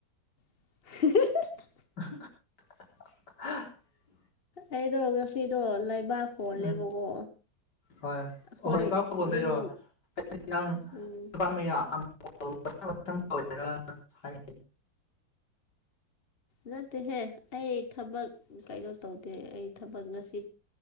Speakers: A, on the left; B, on the left.
A: <unintelligible>
B: <unintelligible>
A: ꯑꯩꯗꯣ ꯉꯁꯤꯗꯣ ꯂꯩꯕꯥꯛ ꯍꯣꯜꯂꯦꯕꯀꯣ
B: ꯎꯝ ꯍꯣꯏ
A: ꯑꯩꯈꯣꯏ
B: ꯍꯧꯖꯤꯛ ꯏ ꯄꯥꯎꯕꯣꯟꯕꯤꯔꯣ
A: ꯌꯨꯝ
B: ꯅꯪ
A: ꯎꯝ
B: ꯊꯊ ꯇꯧꯔ ꯍꯥꯏ
A: ꯅꯠꯇꯦꯍꯦ ꯑꯩ ꯊꯕꯛ ꯀꯩꯅꯣ ꯇꯧꯗꯦ ꯑꯩ ꯊꯕꯛ ꯉꯁꯤ